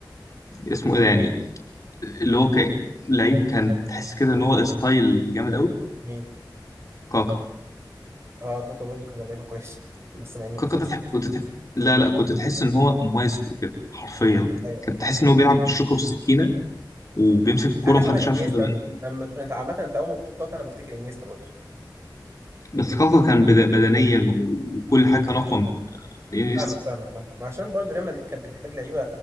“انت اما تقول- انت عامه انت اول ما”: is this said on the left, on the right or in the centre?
Right